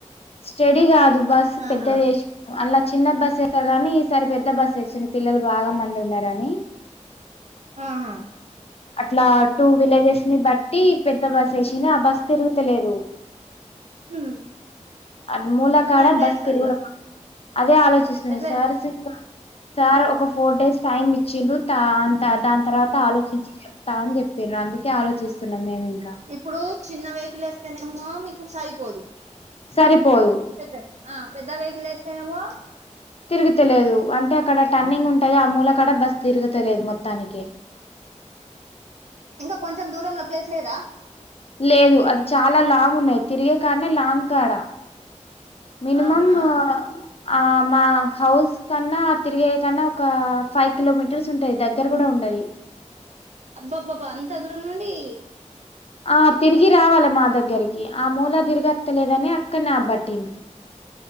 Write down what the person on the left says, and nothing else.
స్టడి కాదు బస్
పెద్దదేశిల్ అల్ల చిన్న బస్సు వేస్తారు గానీ ఈసారి పెద్ద బస్ వేసిండు పిల్లలు బాగా మంది ఉన్నారని
అట్లా టూ విలేజెస్ ని బట్టి పెద్ద బస్ వేసినా ఆ బస్ తిరుగుతలేదు
అన్ మూల కాడ
బస్
తిరుగడం
అదే ఆలోచిస్తున్నా
సార్స్
ఇంకా సార్ ఒక ఫోర్ డేస్ టైమ్ ఇచ్చిండ్రు త అంత దాని తర్వాత ఆలో చించి చెప్తా అని చెప్పిన్ర అందుకే ఆలోచిస్తున్నాం మేము ఇంకా
సరిపోదు
తిరుగుతలేదు అంటే అక్కడ టర్న్నింగ్ ఉంటది ఆ మూల కడ బస్సు తిరుగుతలేదు మొత్తానికే
లేదు అది చాలా లాంగ్ ఉన్నాది తిరిగే కాన్నే లాంగ్ కాడ మీనిమమ్
ఆ మా హౌస్ కన్నా తిరిగే కన్నా ఒక ఫైవ్ కిలోమీటర్స్ ఉంటాయి దగ్గర కూడా ఉండది
ఆ తిరిగి రావాలే మా దగ్గరికి ఆ మూల తిరిగత్తలేదని అక్కడన్నే అబ్బట్టింది